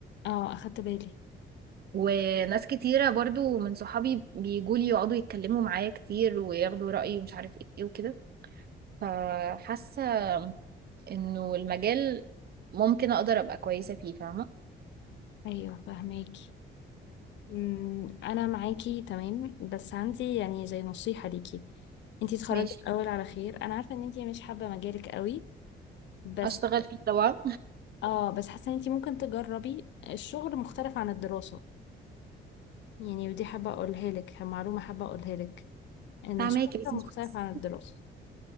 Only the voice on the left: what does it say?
اه اخدت بالي
ايوه فهماكي أمم، انا معاكي تمام بس عندي يعني زي نصيحه ليكي انت اتخرجي
الاول على خير انا عارفه ان انت مش حابه مجالك قوي بس
اه بس حاسه ان انت ممكن تجربي الشغل مختلف عن الدراسه يعني ودي حابه اقولها لك معلومه حابه اقولها لك ان
الشغل
مختلف
عن الدراسه